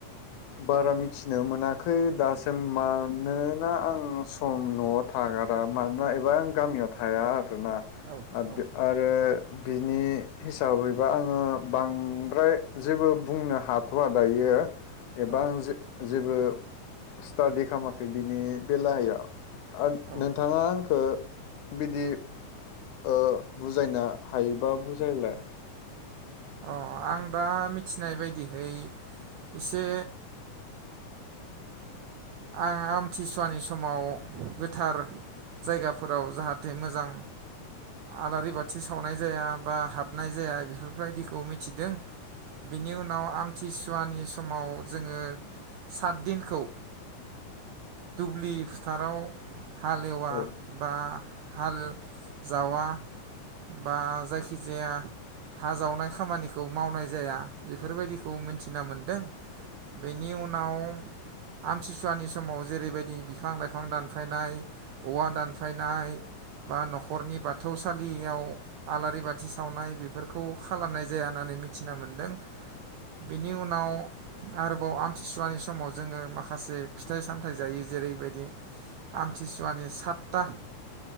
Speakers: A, on the left; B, on the right.
A: बारा मिथिनो मोनाखै दासिम मानोना आं सम नआव थागारा मानोना एबा आं गामियाव थाया आरो
B: औ
A: <unintelligible>
B: औ
A: आरो बिनि हिसाबैबा आङो बांद्राय जेबो बुंनो हाथवा दायो। एबा
B: औ
A: आं जे जेबो स्टादि खामाखै बिनि बेलायाव आं
B: औ
A: नोंथाङा आंखो बिदि ओ बुजायनो हायोबा बुजायलाय।
B: अ आं दा मिथिनाय बायदिहै इसे आं आमथिसुवानि समाव गोथार जायगाफोराव जाहाथे मोजां आलारि बाथि सावनाय जाया बा हाबनाय जाया बेफोरबायदिखौ मिथिदों बेनि उनाव आमथिसुवानि समाव जोङो सात दिनखौ दुब्लि फोथाराव हालेवा
A: औ
B: बा हाल जावा बा जायखिजाया हा जावनाय खामानिखौ मावनाय जाया बेफोरबायदिखौ मिनथिना मोनदों बेनि उनाव आम आमथिसुवानि समाव जेरैबायदि बिफां लाइफां दानफायनाय औवा दानफायनाय बा नखरनि बाथौसालियाव आलारि बाथि सावनाय बेफोरखौ खालामनाय जाया होननानै मिथिना मोनदों बेनि उनाव आरोबाव आमथिसुवानि समाव जोङो मा माखासे फिथाइ सामथाइ जायो जेरैबायदि आमथिसुवानि साथता